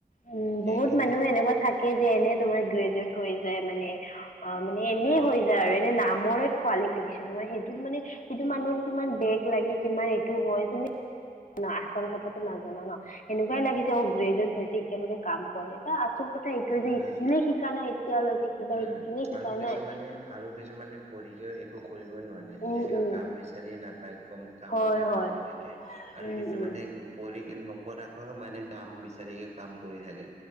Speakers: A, on the left (about 55°); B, on the right (about 45°).
A: উম,
B: সেইকাৰণে
A: বহুত মানুহে এনেকুৱা থাকে যে, এনে তোমাৰ গ্ৰেজুৱেট হৈ যায় মানে অ' মানে এনে
B: অ
A: হৈ যায় আৰু এনে নামৰে কোৱালিফিকেচন। মানে সেইটোত মানে সেইটো মানুহৰ কিমান বেগ লাগি কিমান এইটো হয়, তুমি <inaudible> আচল কথাটো নাজানা ন? সেনেকুৱাই লাগে যে, অ' গ্ৰেজুৱেট হৈছে এতিয়ালৈকে কাম কৰে। তাৰ আচল কথা এইটোয়ে যে,
B: উম
A: স্ কীলে শিকা নাই এতিয়ালৈকে, কিবা
B: উম
A: স্কিলে শিকা
B: আৰু কিছুমানে
A: নাই
B: আৰু কিছুমানে পঢ়িকেও একো কৰিবই নোৱাৰে।
A: উম
B: যেনেকা
A: উম
B: কাম বিচাৰি নাপায়, কম কামৰ
A: হয়
B: কাৰণে
A: হয়
B: ঘূৰি থাকে আৰু
A: উম
B: কিছুমানে
A: উম
B: পঢ়িকে নপঢ়াকৈও মানে কাম বিচাৰিয়ে, কাম কৰি থাকে।